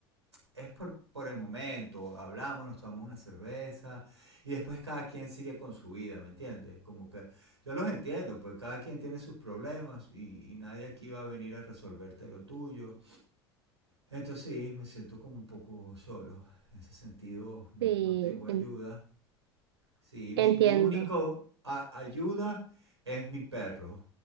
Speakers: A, on the right (about 85°); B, on the right (about 65°).
A: es por, por el momento, hablamos, nos tomamos una cerveza y después cada quien sigue con su vida, ¿me entiendes? Como que yo los entiendo, pues cada quien tiene sus problemas y, y nadie aquí va a venir a resolverte lo tuyo. Entonces sí, me siento como un poco solo, en ese sentido no,
B: Sí,
A: no tengo ayuda.
B: en-
A: Sí,
B: entiendo.
A: mi, mi único a- ayuda es mi perro,